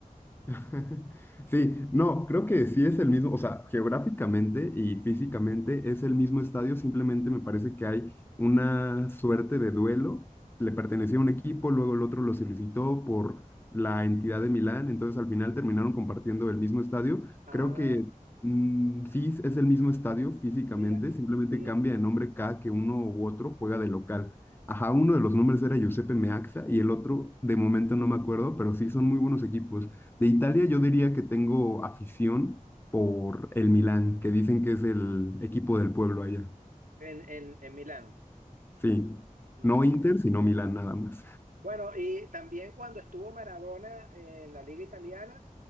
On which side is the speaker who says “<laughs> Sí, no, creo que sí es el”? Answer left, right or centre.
Left